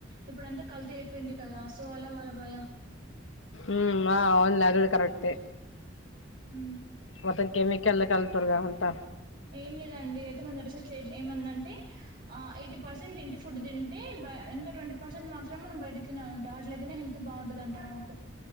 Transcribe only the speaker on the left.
ఉమ్మ్ ఆ అవునులే అది కూడా కరెక్టే
మొత్తం కెమికలే కలుపుతుర్రుగా అంతా